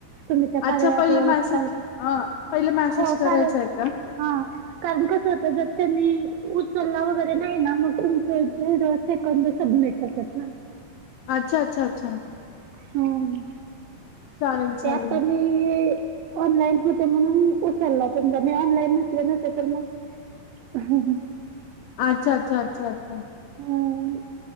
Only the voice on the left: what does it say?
अच्छा
पहिले मेसेज
अ पहिले मेसेज
करायचा
आहे का
अच्छा! अच्छा! अच्छा!
चालेल
चालेल
अच्छा! अच्छा! अच्छा! अ्छा!